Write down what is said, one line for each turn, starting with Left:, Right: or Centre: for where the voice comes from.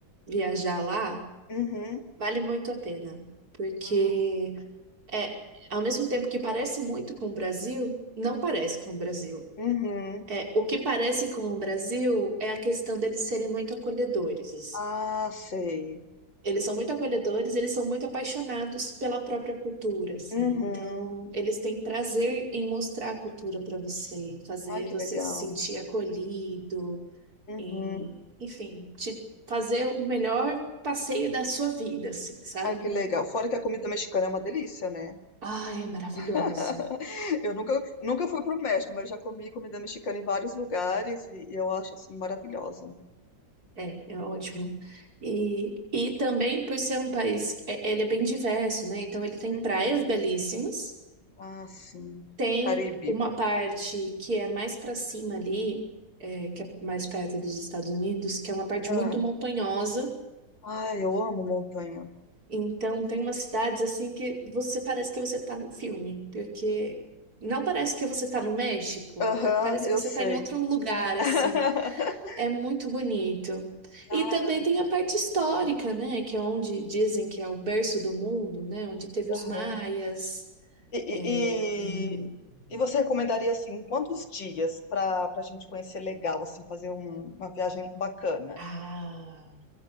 Right: viajar lá,
Left: Uhum.
Right: vale muito a pena. Porque
Left: Ah,
Right: é, ao mesmo tempo que parece muito com o Brasil, não parece com o Brasil.
Left: uhum.
Right: É, o que parece com o Brasil é a questão deles serem muito acolhedores.
Left: Ah, sei.
Right: Eles são muito acolhedores, eles são muito apaixonados pela própria cultura, assim.
Left: Uhum.
Right: Então, eles têm prazer em mostrar a cultura para você, fazer
Left: Ai, que
Right: você
Left: legal.
Right: se sentir acolhido,
Left: Uhum.
Right: em, enfim, te fazer o melhor passeio da sua vida, assim, sabe?
Left: Ai, que legal. Fora que a comida mexicana é uma delícia, né?
Right: Ai, é maravilhosa.
Left: <laughs> Eu nunca, nunca fui pro México, mas já comi comida mexicana em vários lugares e eu acho assim maravilhosa.
Right: É, é ótimo. E, e também por ser um país, é- ele é bem diverso, né? Então ele tem
Left: Uhum.
Right: praias belíssimas,
Left: Ah, sim.
Right: tem
Left: Caribe.
Right: uma parte que é mais para cima ali, é, que é mais perto dos Estados Unidos, que é uma parte
Left: Ah,
Right: muito montanhosa.
Left: ai, eu amo montanha.
Right: Então tem umas cidades assim que você parece que você tá no filme, porque não parece que você tá no México,
Left: Aham,
Right: é, parece
Left: eu
Right: que você
Left: sei.
Right: tá em outro lugar
Left: <laughs>
Right: assim. É muito bonito.
Left: Ah,
Right: E também tem a parte histórica, né? Que é onde dizem que é o berço do mundo, né? Onde teve os
Left: aham.
Right: maias.
Left: E, e,
Right: é,
Left: e,
Right: e
Left: e você recomendaria assim, quantos dias para para a gente conhecer legal, assim, fazer um- uma viagem bacana?
Right: ah,